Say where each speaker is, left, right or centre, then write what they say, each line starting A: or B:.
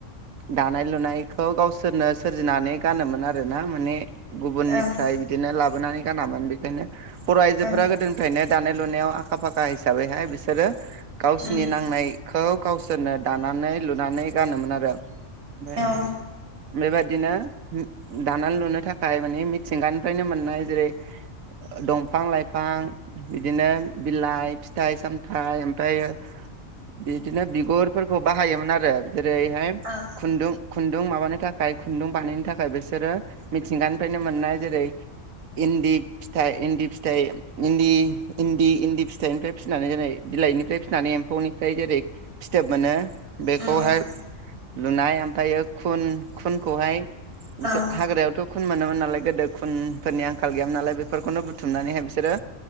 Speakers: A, on the right; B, on the right.
A: दानाय लुनायखौ गावसोरनो सोरजिनानै गानोमोन आरोना माने गुबुननिफ्राय
B: ओं
A: बिदिनो लाबोनानै गानामोन बेनो बर' आइजोफोरा
B: ओं
A: गोदोनिफ्रायनो दानाय लुनायाव आखा फाखा हैसा हिसाबैहाय बिसोरो गावसोरनि
B: उम
A: नांनायखौ गावसोरनो दानानै लुनानै गानोमोन आरो ओमफ्राय
B: औ
A: बेबायादि बिदिनो दानानै लुनो थाखाय मानि मिथिंगानिफ्रायनो मोननाय जेरै दंफां-लाइफां बिदिनो बिलाइ फिथाइ-सामथाइ ओमफ्रायायो बिदिनो बिगुरफोरखौ बाहायोमोन आरो जेरैहाय
B: औ
A: खुन्दुं खुं न्दुं माबानि थाखाय खुन्दुं बानायनो थाखाय बिसोरो मिथिंगानिफ्रायनो मोननाय जेरै इन्दि फिथाइ इन्दि फिथाइ इदि इन्दि इन्दि फिथाइनिफ्राय फिसिनानै जेरै बिलाइनिफ्राय फिसिनानै एम्फौनिफ्राय जेरै फिथोब मोनो बेखौहाय
B: उम उम
A: लुनाय ओमफ्रायो खुन खुनखौहाय बिसोर
B: औ उम औ उम औ उम
A: हाग्रायावथ' खुन मोनोमन लाय गोदो खुनफोरनि आंखाल गैयाम नालाय बे खौनो बुथुमनानैहाय बिसोरो